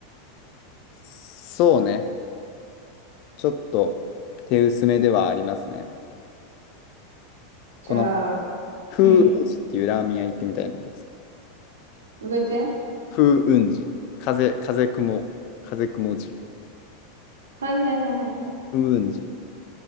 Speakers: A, on the left (about 50°); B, on the right (about 80°).
A: あ、そうね。ちょっと手薄めではありますね。
B: じゃあ、
A: この、風雲寺っていうラーメン屋行ってみたいなんだけどさ。
B: うん。向かって。
A: 風雲寺。風、風雲、風雲寺。
B: はいはいはいはいは
A: 風雲寺。